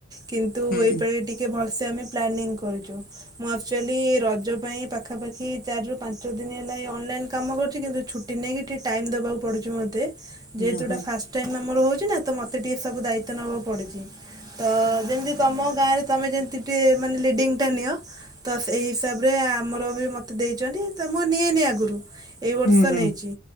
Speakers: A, on the right; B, on the left.
A: କିନ୍ତୁ
B: ହୁଁ।
A: ଏଇପାଳି ଟିକେ ଭଲ ସେ ଆମେ ପ୍ଲାନିଂ କରିଚୁ ମୁଁ ଆକଚୁଆଲି ରଜ ପାଇଁ ପାଖାପାଖି ଚାରି ରୁ ପାଞ୍ଚ ଦିନ ହେଲା ଅନଲାଇ କାମ କରୁଛି କିନ୍ତୁ ଛୁଟି ନେଇକି ଟିକେ ଟାଇମ ଦବାକୁ ପଡୁଚି ମୋତେ,
B: ଓହୋ।
A: ଯେହେତୁ ଏଇଟା ଫାଷ୍ଟ ଟାଇମ ଆମର ହଉଚି ଛି ନା ତ ମୋତେ ଟିକେ ସବୁ ଦାୟିତ୍ୱ ନେବାକୁ ପଡୁଛି ତ ଯେମିତି ତମ ଗାଁରେ ତମେ ଯେମିତି ଟିକେ ମାନେ ଲିଡ଼ିଙ୍ଗଟା ନିଅ ତ ସେଇ ହିସାବରେ ଆମର ବି ମୋତେ ଦେଇଛନ୍ତି ତ ମୁଁ ନିଏନି ଆଗରୁ, ଏଇ ବର୍ଷ
B: ହୁଁ ହୁଁ।
A: ନେଇଛି